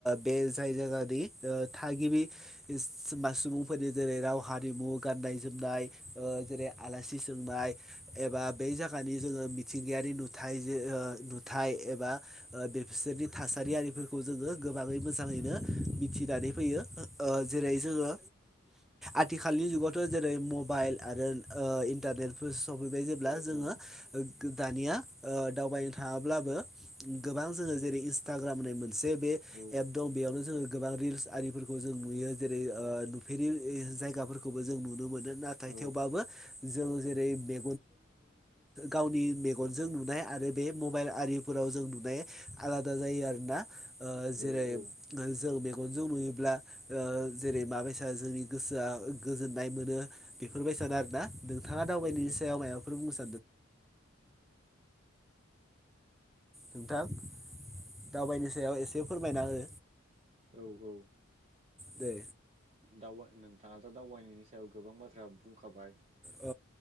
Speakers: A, in the centre; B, on the right.
A: बे जाय जायगानि थागिबि सुबुंफोरनि जेरै राव हारिमु गाननाय जोमनाय ओ जेरै आलासि सोंनाय एबा बे जायगानि जोङो मिथिंगायारि नुथाय नुथाय एबा बे बिसोरनि थासारियारिफोरखौ जोङो बाङै मोसानाय मिथिनानै फैयो जेरै जोङो आथिखालनि जुगावथ' जेरै मबाइल आरो ओ इन्टारनेटफोर सफैबाय जेब्ला
B: औ
A: जोङो
B: औ
A: दानिया ओ दावबायनो थाङाब्लाबो गोबां जोंङो जेरै इन्सटाग्राम होननाय मोनसे बे
B: औ
A: एप दं बेयावनो जोङो गोबां रिल्स आरिफोरखौ जों नुयो जेरै नुफेरि जायगाफोरखौबो जों नुनो मोनो नाथाय
B: औ
A: थेवबो जों जेरै मे गावनि म जों नुनाय आरो बे मबाइल आरिफोराव जों नुनाय आलादा जायो आरोना ओ
B: औ
A: जेरै जों मेगनजों नुयोब्ला जेरै माबायसा जोंनि गोसोआ गोजोन मोनो बेफोरबायदिनोना नोंथाङा दावनायनि
B: जों
A: सायाव माबाफोर बुं <unintelligible> नोंथां दावबायनो सायाव एसे फोरमायना हो
B: औ औ ओ
A: दे
B: दाउ नोंथाङाथ' दावबायनायनि सायाव गोबां बाथ्रा बुंखाबाय
A: औ